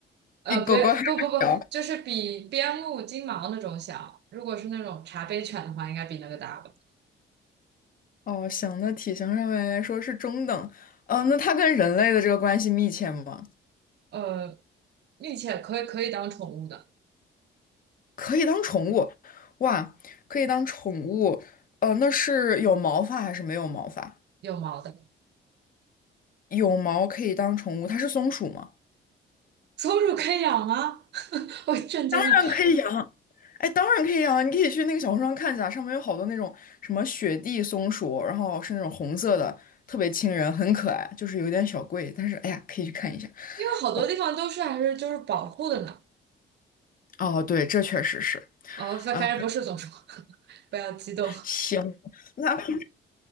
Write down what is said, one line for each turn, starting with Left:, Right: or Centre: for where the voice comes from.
Right: 呃，
Left: 比狗狗还要小。
Right: 别，不不不，就是比边牧、金毛那种小。如果是那种茶杯犬的话，应该比那个大吧？
Left: 哦，行，那体型上面来说是中等。呃，那它跟人类的这个关系密切吗？
Right: 呃，并且可以可以当宠物的，
Left: 可以当宠物，哇，可以当宠物。呃，那是有毛发还是没有毛发？
Right: 有毛的。
Left: 有毛可以当宠物，它是松鼠吗？
Right: 松鼠可以养吗？<laughs> 我震惊了，
Left: 当然可以养，哎，当然可以养，你可以去那个小红书上看一下，上面有好多那种什么雪地松鼠，然后是那种红色的，特别亲人，很可爱，就是有点小贵，但是哎呀，可以去看一下。
Right: 因为好多地方都是还是就是保护的呢。
Left: 我哦，对，这确实是
Right: 哦，反反正不是松鼠，
Left: 啊，
Right: <laughs> 不要激动，
Left: 行，那它